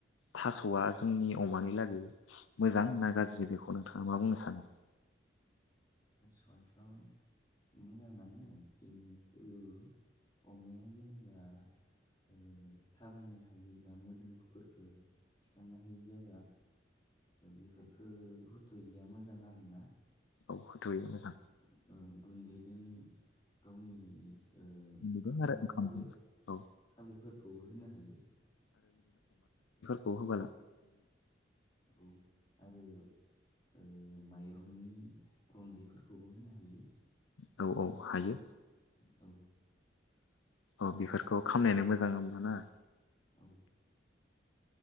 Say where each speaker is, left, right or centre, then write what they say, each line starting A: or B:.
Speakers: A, on the left; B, on the left.
A: थासआ जोंनि अमानि लागै मोजां ना गाज्रि बेखौ नोंथाङा मा बुंनो सानो?
B: थासुवाथाव मोजाङानो खिन्थु अमाया जेनेबा ओ थाबायनो हायि बा मोदोमफोरखो थिखांनो हायि जाबा बेफोरफोरखो होथ'यैया मोजां आरो ना।
A: औ होथ'यैया मोजां
B: ओम उम गुन्दैजों गावनि ओ ओंखाम
A: बेजों आरो
B: जानाय
A: ओंखामजों
B: खालाय
A: औ
B: खालायफोरखौबो होनो हायो।
A: खौ होबा
B: औ आरो ओ माइरंनि रन्दैफोरखौबो होनो हायो।
A: औ औ। हायो
B: औ।
A: औ बेफोरखौ खामनायनो मोजां होमबा ना।
B: औ।